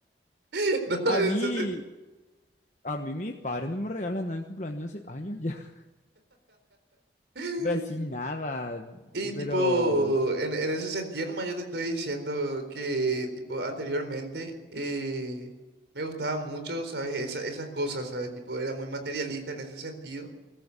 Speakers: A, on the right; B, on the left.
A: <laughs> No, en
B: A mí,
A: ese sen-
B: A mí mis padres no me regalan nada en cumpleaños hace años ya. <laughs>
A: <laughs>
B: Pero así nada.
A: Y tipo,
B: Pero,
A: en, en ese sentido nomás yo te estoy diciendo que tipo anteriormente eh, me gustaba mucho, ¿sabes? Esa- esas cosas, ¿sabes? Tipo, era muy materialista en ese sentido.